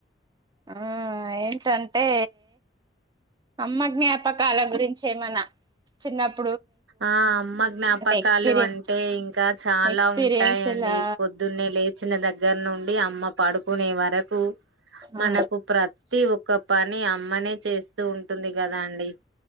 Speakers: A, on the right; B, on the right.
A: ఆ ఏంటంటే అమ్మ జ్ఞాపకాల గురించి ఏమన్న చిన్నప్పు
B: ఆ అమ్మ జ్ఞాపకాలు
A: ఎక్స్పీరియన్
B: అంటే ఇంకా చాలా
A: ఎక్స్పీరియన్స్
B: ఉంటాయండి
A: ఇలా
B: పొద్దున్నే లేచిన దగ్గర నుండి అమ్మ పడుకునే వరకు మనకు
A: ఆ
B: ప్రతి ఒక్క ఒక పని అమ్మనే చేస్తు ఉంటుంది కదా అండి